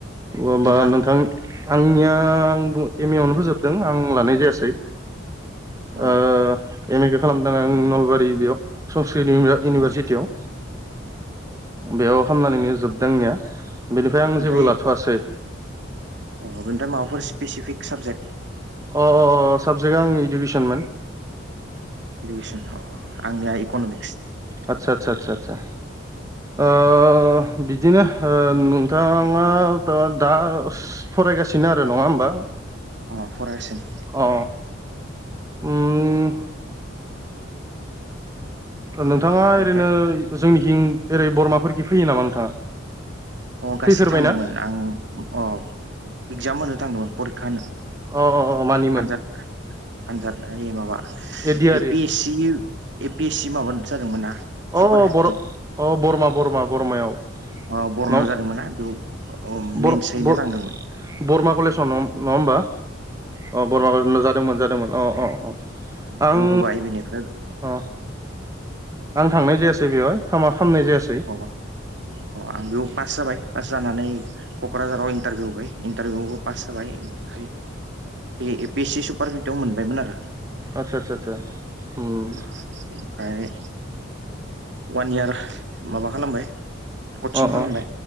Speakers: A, on the right; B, on the right.
A: होमबा
B: नोंथाङालाय
A: नोंथां आंनिया आं एम ए आवनो फोजोबदों आं लानाय जायासै
B: अ
A: ओ एम एखौ खालामदों आं नलबारि बेयाव संस्कृत इउनिभारसिटियाव
B: अ
A: बेयाव खामनानैनो जोबदां आंनिया बेनिफ्राय आं
B: ओमफ्राय
A: जेबो लाथ'वासै
B: अ बेनिफ्राय माबाफोर स्पेसिफिक साबजेक्ट
A: अ अ साबजेक्ट आं इडुकेसनमोन
B: इदुकेसन अ आंनिया इक'न'मिक्स
A: आदसा आदसा आ आ
B: अ
A: बिदिनो ओ नोंथाङा दा फरायगासिनो आरो नङा होमबा
B: अ फरायगासिनो
A: अ उम नोंथाङा
B: बेनिफ्राय
A: ओरैनो जोंनिखिं ओरै बरमाफोरखि फैयो नामा नोंथाङा?
B: अ गासै
A: फैफेरबायना
B: थांदोंमोन आं अ एगजाम होनो थांदोंमोन परिखा होनो।
A: अ अ अ मानिमोन?
B: आनजाद आनजाद ओ माबा
A: एदियारि
B: ए P S G A P S C माबा जादोंमोन ना
A: अ
B: सुपार फिफ्टि
A: औ बरमा बरमा बरमायाव
B: अ बरमायाव
A: न
B: जादोंमोन ना बेयाव
A: बर-बर
B: मेन्स हैनो थांदोंमोन
A: बरमा कलेजाव नङा होमबा अ बरमा कलेज जादोंमोन जादोंमोन अ अ अ आं
B: बेयाव होबाय बेनिफ्राय
A: अ आं थांनाय जायासै बेवहाय हामा खालामनाय जायासै
B: अ अ आं बेयाव पास जाबाय पास जानानै क'क्राझाराव इन्टारभिउ इन्टारभिउ आबो पास जाबाय ओमफ्राय बे A P S C super फिफ्टिव मोनबायमोन आरो
A: आतसा आतसा ओम
B: अ बेनिफ्राय वान इयार माबा खालामबाय कचिं
A: अ
B: खालामबाय
A: अ